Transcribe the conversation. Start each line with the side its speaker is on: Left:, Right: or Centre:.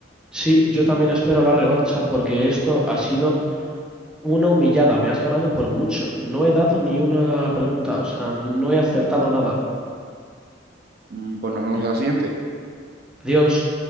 Centre: Sí, yo también espero la revancha porque esto ha sido una humillada. Me has ganado por mucho. No he dado ni una pregunta, o sea, no he acertado nada.
Right: Mm, Pues nos vemos en la siguiente.
Centre: Adiós.